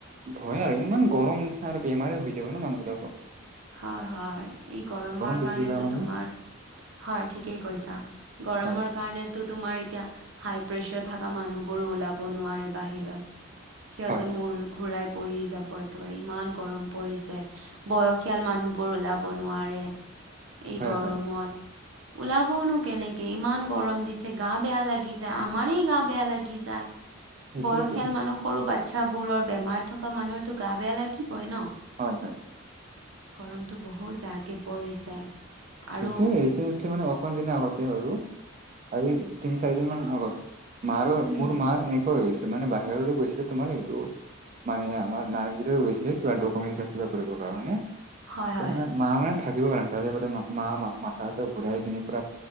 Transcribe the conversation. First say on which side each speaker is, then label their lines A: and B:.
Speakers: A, on the right (about 35°); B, on the right (about 70°).
A: ভয় আৰু ইমান। গৰম নিচিনা আৰু বেমাৰে হৈ যাব ন মানুহবিলাকৰ।
B: হয় হয় গৰমৰ
A: বেছি
B: কাৰণ
A: কাৰণে
B: তোমাৰ হয় ঠিকেই কৈছা। গৰমৰ
A: হয়
B: কাৰণে তো তোমাৰ এতিয়া হাই প্ৰেছাৰ থকা মানুহবোৰো ওলাব নোৱাৰে বাহিৰত সিহঁতে
A: হয়
B: মূৰ ঘুৰাই পৰি যাব, একেবাৰে ইমান গৰম পৰিছে, বয়স বয়সিয়াল মানুহবোৰ ওলাব নোৱাৰে এই
A: হয়
B: গৰমত
A: হয়
B: ওলাবওনো কেনেকে ইমান গৰম দিছে, গা বেয়া লাগি যায়, আমাৰ গা বেয়া লাগি যায়।
A: সেইটোৱেতো
B: বয়সীয়াল মানুহ সৰু বাচ্ছ বোৰৰ বেমাৰ থকা মানুহৰতো গা বেয়া লাগিবই ন।
A: হয়-হয়।
B: গৰমটো বহুত বেয়াকে পৰিছে আৰু
A: সেইোৱে ৰিচেণ্টলি মানে অকমান দিনে আগতে বাৰু আজি
B: উম
A: তিনি চাৰি দিন মান আগতে মাৰ
B: উম,
A: মোৰ মাৰ এনেকুৱা হৈছে মানে বাহিৰলৈ গৈছিলে তোমাৰ এইটো মানে আমাৰ নাৰীগী গৈছিলে কিবা ডকুমেট কিবা কৰিব কাৰণে।
B: হয়
A: তে
B: হয়।
A: মানে মা মানে থাকিব পাৰেে তাৰে গতে মা। মা মাথা ঘূৰাই কিনি পুৰা